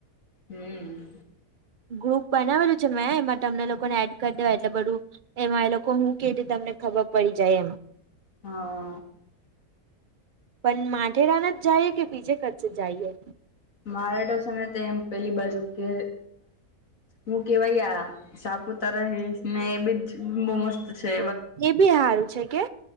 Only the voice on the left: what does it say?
હમ
હા
મારે તો છે ને તે એમ પેલી બાજુ કે હું કેવાૈયા સાપુતારા હ ને એ બીજ બહ મસ્ત છે